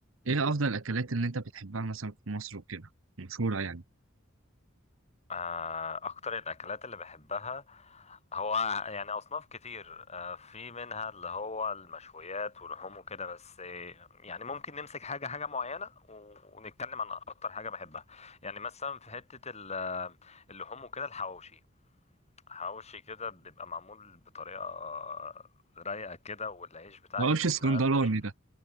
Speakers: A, on the right; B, on the left.
A: ايه افضل الاكلات اللي انت بتحبها مثلا في مصر وكده مشهوره يعني
B: آه، اكتر الاكلات اللي بحبها هو يعني اصناف كتير آه، في منها اللي هو المشويات ولحوم وكده بس آه، يعني ممكن نمسك حاجه حاجه معينه و- ونتكلم عن اكتر حاجه بحبها يعني مثلا في حته ال- آه، اللحوم وكده الحواوشي حواوشي كده بيبقى معمول بطريقه آه، رايقه كده والعيش بتاعي
A: حواوشي
B: يكون
A: اسكندراني
B: مقرمش
A: ده